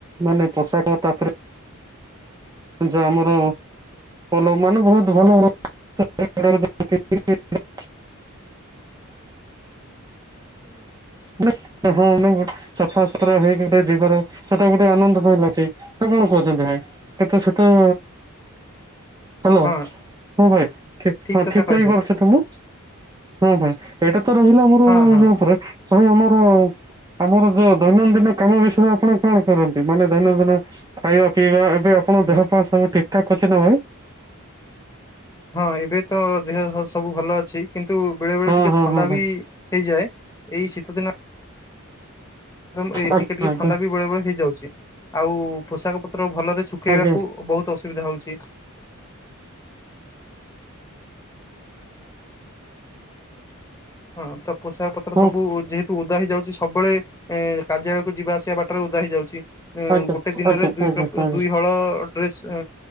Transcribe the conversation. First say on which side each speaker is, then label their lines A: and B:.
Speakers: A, on the right; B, on the left.
A: ମାନେ ପୋଷାକ ତାପରେ ଯୋଉ ଆମର <inaudible> ମାନେ ବହୁତ ଭଲ ର <unintelligible> ମାନେ ହଁ ଆମେ ସଫାସୁତୁରା ହେଇକି ଗୋଟେ ଯିବାର ସେଟା ଗୋଟେ ଆନନ୍ଦ ମିଲୁଛି। ତ କଣ କହୁଛନ୍ତି ଭାଇ କିନ୍ତୁ ସେ ତ ହାଲୋ
B: ହଁ।
A: ହଁ ଭାଇ, ଠିକ୍
B: ଠିକ
A: ହଁ
B: କଥା
A: ଠିକ୍
B: କହିଲେ
A: କହିପାରୁଛି ତ ମୁଁ? ହଁ ଭାଇ ଏଇଟା ତ ରହିଲା ଆମର
B: ହଁ ହଁ।
A: ଇଏ ଉପରେ। ଆଉ ଆମର ଆମର ଯୋଉ ଦୈନନ୍ଦିନ କାମ ବିଷୟରେ ଆପଣ କଣ କରନ୍ତି? ମାନେ ଦୈନନ୍ଦିନ ଖାଇବା ପିଇବା ଆପଣ ଦେହ ପା ସବୁ ଠିକ୍ ଠାକ୍ ଅଛି ନା ଭାଇ?
B: ହଁ ଏବେ ତ ଦେହ ପ ସବୁ ଭଲ ଅଛି। କିନ୍ତୁ ବେଳେ ବେଳେ
A: ହଁ
B: ଟିକେ
A: ହଁ
B: ଥଣ୍ଡା
A: ହଁ ହଁ
B: ବି ହେଇଯାଏ। ଏଇ ଶୀତ ଦିନ ଟିକେ
A: ଆଜ୍ଞା
B: ଟିକେ
A: ଆଜ୍ଞା
B: ଥଣ୍ଡା ବି ବେଳେ ବେଳେ ହେଇଯାଉଛି। ଆଉ ପୋଷାକ ପତ୍ର ଭଲରେ ଶୁଖୁ ଶୁଖେଇବାକୁ
A: ଆଜ୍ଞା
B: ବହୁତ ଅସୁବିଧା ହଉଛି। ହଁ ତ ପୋଷାକ ପତ୍ର
A: ହଁ
B: ସବୁ ଯେହେ ଓଦା ହେଇଯାଉଛି ସବୁବେଳେ। ଏ କାର୍ଯ୍ୟାଳୟ କୁ ଯିବା ଆସିବା ବାଟରେ ଓଦା ହେଇଯାଉଛି। ଏ
A: ଆଜ୍ଞା
B: ଗୋଟେ ଦିନରେ
A: ଆଜ୍ଞା
B: ଦୁଇ
A: ଆଜ୍ଞା
B: ପ୍ର
A: ଆଜ୍ଞା
B: ଦୁଇ ହଳ <unintelligible>